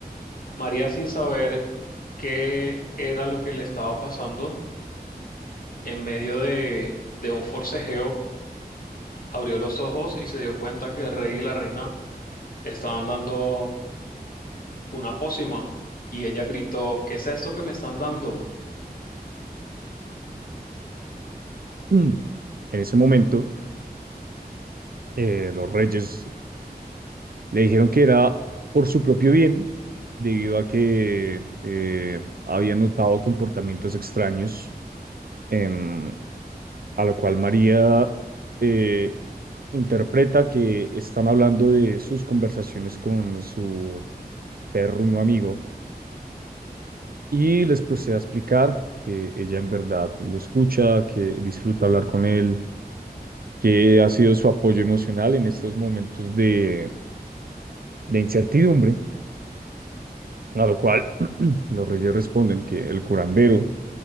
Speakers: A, on the left; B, on the right.
A: María, sin saber qué era lo que le estaba pasando, en medio de, de un forcejeo, abrió los ojos y se dio cuenta que el rey y la reina le estaban dando una pócima y ella gritó, ¿qué es esto que me están dando?
B: Mm. En ese momento, eh, los reyes le dijeron que era por su propio bien, debido a que eh, había notado comportamientos extraños, em, a lo cual María eh, interpreta que están hablando de sus conversaciones con su perruno amigo y les procede a explicar que ella en verdad lo escucha, que disfruta hablar con él, que ha sido su apoyo emocional en estos momentos de, de incertidumbre, a lo cual <clears throat> los reyes responden que el curandero,